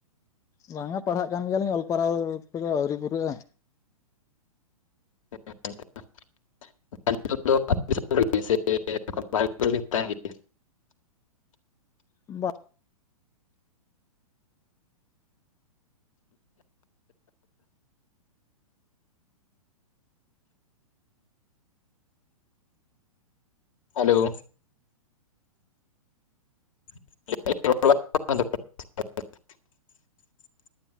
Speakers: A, on the left (about 15°); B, on the left (about 60°).
A: ᱵᱟᱝᱟ ᱯᱟᱲᱦᱟᱜ ᱠᱟᱱ ᱜᱮᱭᱟᱞᱤᱧ ᱚᱞ ᱯᱟᱨᱦᱟᱣ ᱠᱚᱫᱚ ᱟᱹᱣᱨᱤ ᱯᱩᱨᱟᱹᱜᱼᱟ
B: <inaudible> <inaudible> <inaudible>
A: ᱵᱟ
B: ᱦᱮᱞᱳ᱾ <inaudible>